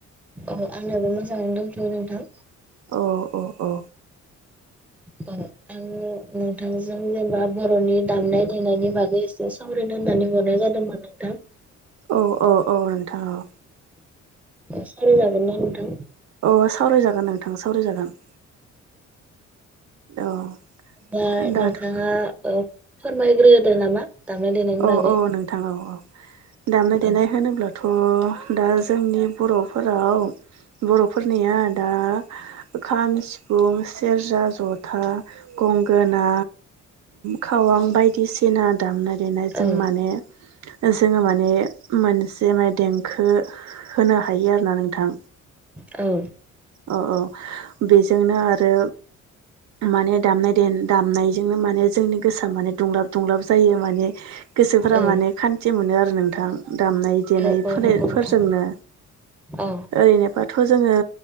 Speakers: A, in the centre; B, on the right.
A: अ आंनाबो मोजाङैनो दंथ'यो नोंथां
B: अ अ अ
A: औ आंङो नोंथांजों जेनेबा बर'नि दामनाय देनायनि बागै एसे सावरायनो होननानै हरनाय जादोंमोन। आथा
B: औ औ औ नोंथां औ
A: सावराय जागोन ना नोंथां
B: अ सावरायजागोन नोंथां सावरायजागोन औ
A: दा
B: दाथ'
A: नोंथांङा ओ फोरमायग्रोदो नामा? दामनाय देनायनि
B: औ
A: बागै
B: औ नोंथां औ औ दामनाय देनाय
A: औ
B: होनोब्ला थ' दा जोंनि बर'फोराव औ बर'फोरनिया दा खाम सिफुं सेरजा ज'था गंगोना खावां बायदिसिना दामनाय बेनो जों
A: औ
B: माने जोंङो माने मोनसे माने देंखो होनो हायो आरोना नोंथां
A: औ
B: औ औ बेजोंनो आरो माने दामनाय दे दामनाय बिनो माने जोंनि गोसोआ माने दुंलाब दुंलाब जायो माने गोसोफोरा
A: औ
B: माने खान थि मोनो आरो नोंथां दामनाय देनाय
A: औ औ
B: फोलेर-फोरजोंनो
A: नंगौ नोंथां औ
B: ओरैनो थ' जोंङो।